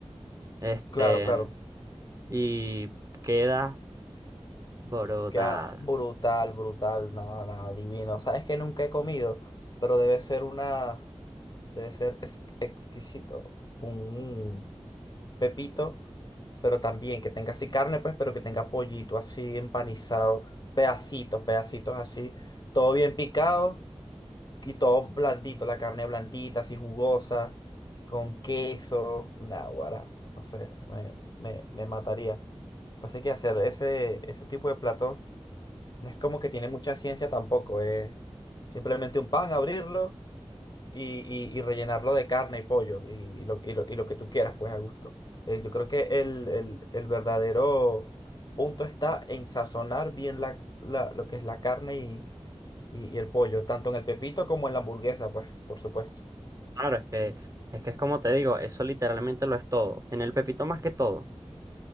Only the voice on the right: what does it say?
Este,
y queda brutal.
Claro, es que, es que es como te digo, eso literalmente lo es todo. En el pepito más que todo.